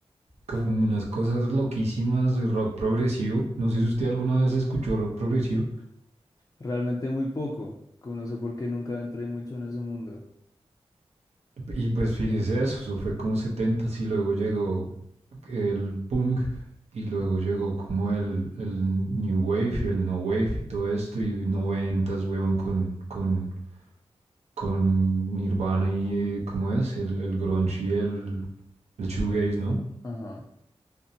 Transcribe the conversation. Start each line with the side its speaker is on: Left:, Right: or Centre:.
Right: como unas cosas loquísimas de rock progresivo. No sé si usted alguna vez escuchó rock progresivo.
Left: Realmente muy poco. Como no sé por qué nunca entré mucho en ese mundo.
Right: Y pues fíjese eso, eso fue como 70 y luego llegó el punk y luego
Left: Ajá,
Right: llegó como el, el New Wave y el No Wave y todo esto y y noventas, weón, con, con, con Nirvana y eh, ¿cómo es? El, el grunge y el, el shoegaze, ¿no?
Left: Ajá,